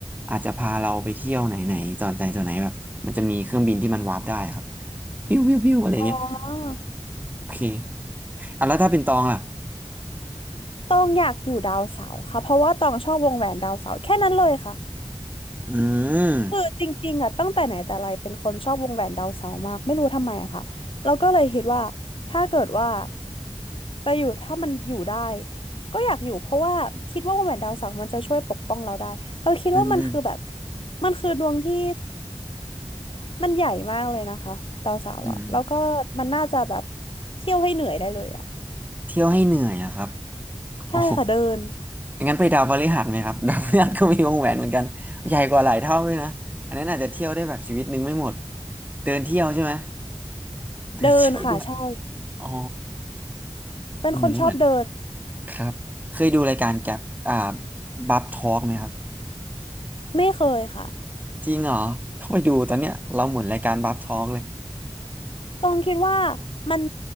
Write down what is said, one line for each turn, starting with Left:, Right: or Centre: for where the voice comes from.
Right: อาจจะพาเราไปเที่ยวไหนไหนตอนไหนตอนไหนแบบมันจะมีเครื่องบินที่มันวาร์ปได้ครับปิ้วปิ้วปิ้วอะไรเงี้ย
Left: อ๋อ
Right: โอเคอ่ะแล้วถ้าเป็นตองล่ะ
Left: ต้องอยากอยู่ดาวเสาร์ค่ะเพราะว่าต้องชอบวงแหวนดาวเสาร์แค่นั้นเลยค่ะ
Right: อืม
Left: คือจริงๆอ่ะตั้งแต่ไหนแต่ไรเป็นคนชอบวงแหวนดาวเสาร์มากไม่รู้ทำไมอะค่ะเราวก็เลยคิดว่าถ้าเกิดว่าไปอยู่ถ้ามันอยู่ได้ก็อยากอยู่เพราะว่าคิดว่าวงแหวนดาวเสาร์มันจะช่วยปกป้องเราได้เราคิดว่ามันคือแบบ
Right: อืมอืม
Left: มันคือดวงที่มันใหญ่มากเลยนะคะดาวเสาร์อ่ะแล้วก็มันน่าจะแบบ
Right: อืม
Left: เที่ยวให้เหนื่อยได้เลยอ่ะ
Right: เที่ยวให้เหนื่อยอะครับ
Left: ใช่ค่ะเดิน
Right: โอ้โหงั้นไปดาวพฤหัสไหมครับ <laughs> ดาวพฤหัสก็มีวงแหวนเหมือนกันใหญ่กว่าหลายเท่าด้วยนะอันนั้นอาจจะเที่ยวได้แบบชีวิตนึงไม่หมดเดินเที่ยวใช่ไหมเดินเที่ยวด้วย
Left: เดินค่ะใช่
Right: อ๋อ
Left: เป็นคนชอบเดิน
Right: อืมเหมือน ครับเคยดูรายการแกบอ่าบับทอล์กไหมครับ
Left: ไม่เคยค่ะ
Right: จริงเหรอต้องไปดูตอนเนี้ยเราหมุนรายการบับทอล์กเลย
Left: ตรงคิดว่ามัน